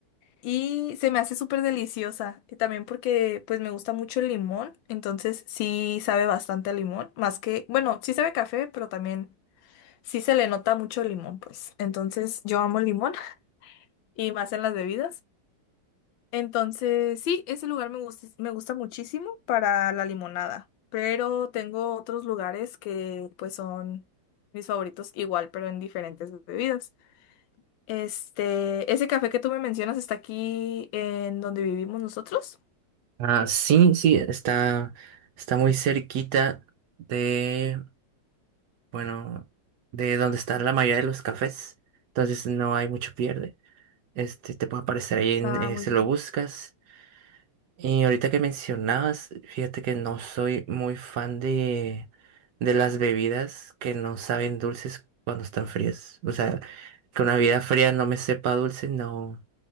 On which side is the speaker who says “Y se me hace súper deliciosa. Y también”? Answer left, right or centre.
Left